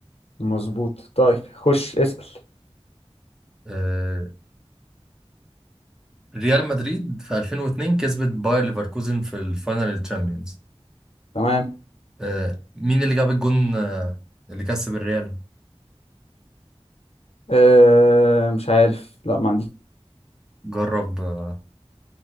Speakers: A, on the left; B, in the centre.
A: مظبوط طيب خش اسأل
B: آه، ريال مدريد في 2002 كسبت باير ليفركوزن في الفاينل الشامبيونز
A: تمام
B: آه، مين اللي جاب الجون آه، اللي كسب الريال
A: أه مش عارف لا ما عندي
B: جرب آه،